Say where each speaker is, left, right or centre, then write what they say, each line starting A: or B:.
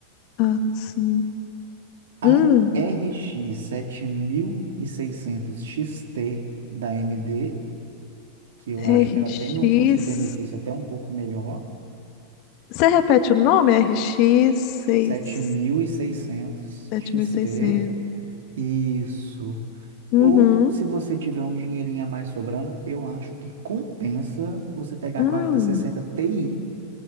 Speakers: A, on the left (about 40°); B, on the right (about 60°).
A: Ah, sim.
B: A
A: Hum,
B: RX 7600 XT da AMD, que eu
A: RX.
B: acho que ela tem um custo-benefício até um pouco melhor.
A: Você repete o nome? RX 6,
B: 7600
A: 7600.
B: XT, isso.
A: Uhum.
B: Ou se você tiver um dinheirinho a mais sobrando, eu acho que compensa você pegar
A: Hum,
B: a quarenta sessenta Ti.